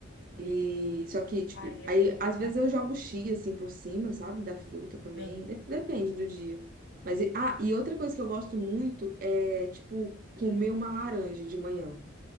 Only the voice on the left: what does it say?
Ai,
é vida,
tá?
Aham.